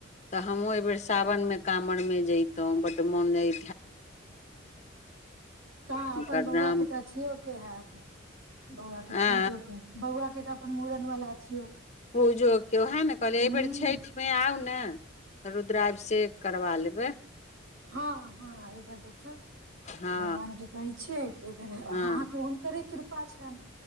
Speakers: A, on the left; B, on the right.
A: तऽ हमहुँ एबेर सावनमे काँवरमे जैतौं बड्ड मोन अय
B: कहाँ
A: हुनकर
B: अपन बौआकें
A: नाम
B: तऽ अथियो के हैत बौआकें पूजो
A: आ
B: के बौआकें तऽ अपन मूड़न बला अथि
A: पूजोक के उएह ने कहलियै
B: हूँ
A: एहिबेर छठिमे आउ ने रुद्राभिषेक करबा लेबय
B: हँ हँ एहिबेर देखियौ
A: हँ
B: भगवान के कहै छियैे कि एहिबेर
A: हँ
B: अहाँके हुनकरे कृ पा छनि